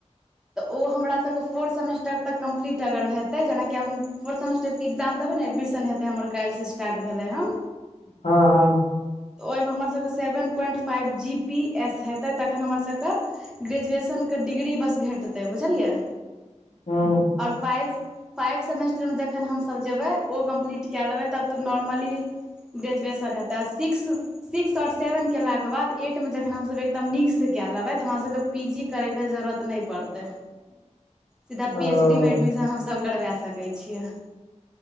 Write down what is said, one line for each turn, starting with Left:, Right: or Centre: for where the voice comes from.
Centre: तऽ ओ हमरा सबके फोर्थ सेमेस्टर तक कम्प्लीट अगर हेतै जेनाकि आब हम फोर्थ सेमेस्टर एग्जाम देबै ने एडमिशन हेतै हमर काल्हि से स्टार्ट भेलै हँ
Left: हँ हं
Centre: तऽ ओहिमे हमरसभके seven point five G P S हेतै तखन हमरसभके ग्रेजुएशनके डिग्री बस भेटतै बुझलियै
Left: हूं
Centre: आओर फाइव फाइव सेमेस्टरमे जखन हमसभ जेबै ओ कम्प्लीट कए लेबै तब तऽ नॉर्मली ग्रेजुएशन हेतै आ सिक्स सिक्स आओर सेवन केलाके बाद एटमे जखन हमसभ एकदम नीकसँ कए लेब‌ए त हमरासके पी जी करैके जरूरत नहि पड़तै
Left: <inaudible>
Centre: सीधा पीएच
Left: ओ
Centre: डीमे एडमिशन हमसभ करवा सकै छियै